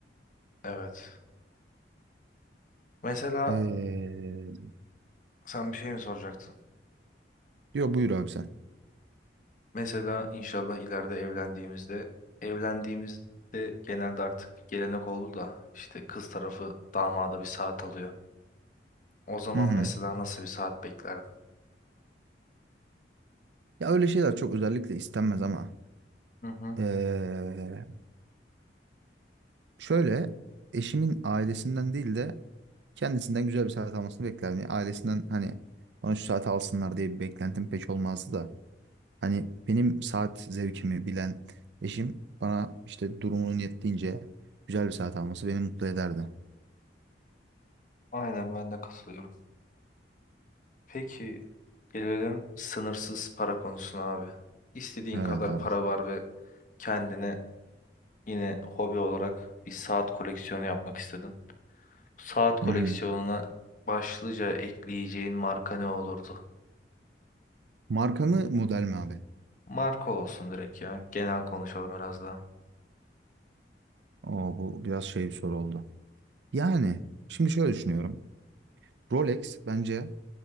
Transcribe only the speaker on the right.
Eee,
Yo buyur abi sen.
Hı hı.
Ya öyle şeyler çok özellikle istenmez ama
eee, şöyle eşimin ailesinden değil de kendisinden güzel bir saat almasını beklerdim. Yani ailesinden hani bana şu saati alsınlar diye bir beklentim pek olmazdı da. Hani benim saat zevkimi bilen eşim bana işte durumunun yettiğince güzel bir saat alması beni mutlu ederdi.
Evet
abi.
Hı hı.
Marka mı model mi abi?
Oo, bu biraz şey bir soru oldu. Yani şimdi şöyle düşünüyorum. Rolex bence